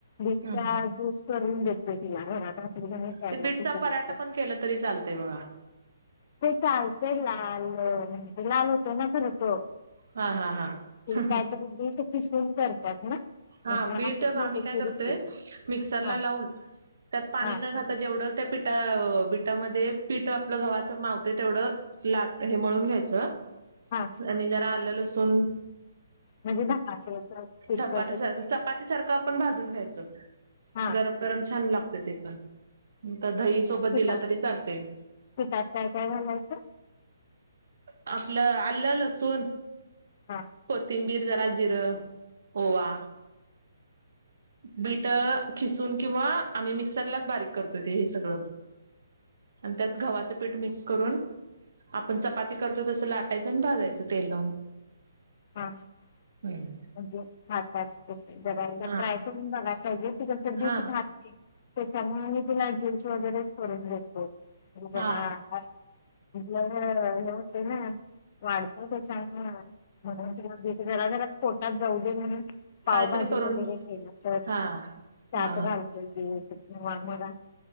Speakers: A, on the left; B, on the right.
A: बीटव्हा
B: हम्म
A: जूस करून देत तिला घरात आपला त्यायला
B: ते बीटचा
A: तस
B: पराठा
A: द
B: पण केला तरी चालतय बघा
A: <unintelligible> ते चालतंय लाल म्हण लाल होतोय ना खरं तो ते
B: हा हा हा.
A: काय तर तर किसून करतात ना?
B: हा
A: म्हणजे मला
B: बीट
A: माहित नाही
B: आम्ही
A: त्याची
B: काय करतोय
A: रेसिपी
B: मिक्सरला
A: हा
B: लावून त्यात पाणी
A: हा
B: न घालता जेवढं त्या पिटा मध्ये पिठ आपलं गवा्हाचं मावते तेवढं लाट हे मळून घ्यायचं
A: हा
B: आणि जरा आलं असून
A: म्हणजे ज <unintelligible>
B: धपाट्या चपाती सारखं आपण भाजून घ्यायचं,
A: हा
B: गरम गरम छान लागत ते पण तर दही
A: म्हणजे
B: सोबत
A: पिठात
B: दिला तरी चालतय
A: पिठात काय काय घालायचं
B: आपलं आलंलसून
A: हा
B: कोथिंबीर जरा जिरं, होवा बीट खिसून किंवा आम्ही मिक्सरलाच बारीक करतो ते हे सगळं आणि त्यात गवाच, पीठ मिक्स करून आपण चपाती करतो, तसं लाटायचं आणि भाजायचं तेल लावून
A: हा म्हणजे
B: हम्म.
A: हच जगयला
B: हा
A: ट्राय <unintelligible> करून बघा अग ती कसं बीट
B: हा
A: खात नाय, त्याच्यामुळे मी तीला ज्यू्स वगैरेच करन देतो ह
B: हा
A: ह अ हे होते ना वाढतय का चांग <unintelligible> म्हणून बिट जरा जरा पोटात जाऊ दे म्हणून पावभाजी
B: कायतरी करून
A: वगैरे केला तर
B: हा
A: त्यात
B: हा
A: घालतोय बिट मग